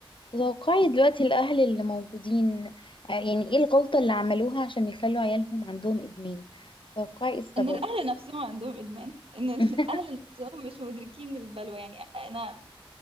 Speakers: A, on the left (about 60°); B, on the right (about 80°).
A: توقعي دلوقتي الأهل اللي موجودين آه، يعني ايه الغلطة اللي عملوها عشان يخلوا عيالهم عندهم إدمان توقعي إيه السبب
B: ان الاهل نفسهم عندهم ادمان ان الاهل
A: <laughs>
B: نفسهم مش مدركين البلوى يعني انا